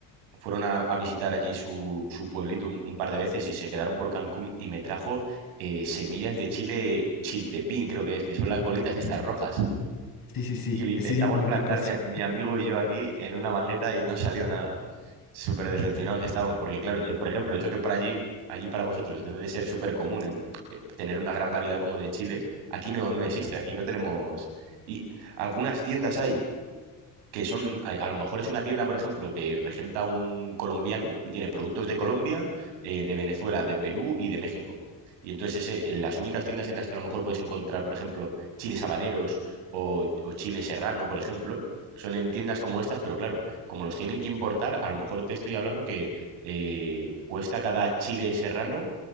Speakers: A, on the right (about 85°); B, on the left (about 45°).
A: fueron a, a visitar allí su, su pueblito un, un par de veces y se quedaron por Cancún y me trajo eh, semillas de chile chiltepín, creo que es, que son las bolitas estas
B: Ujú.
A: rojas.
B: Sí, sí, sí,
A: y le intentamos
B: sí, muy
A: plantar
B: picoso.
A: mi, mi amigo y yo aquí en una maceta y no salió nada. Súper decepcionados estamos, porque claro, si, por ejemplo, eso que para allí, allí para vosotros debe de ser súper común en, eh, tener una gran variedad como de chiles, aquí no, no existe, aquí no tenemos... Y algunas tiendas hay que son, a, a lo mejor es una tienda, por ejemplo, que regenta un colombiano y tiene productos de Colombia, eh, de Venezuela, de Perú y de México. Y entonces ese- en las únicas tiendas en las que a lo mejor puedes encontrar, por ejemplo, chiles habaneros o, o chile serrano, por ejemplo, son en tiendas como estas, pero claro, como los tienen que importar, a lo mejor te estoy hablando que eh, cuesta cada chile serrano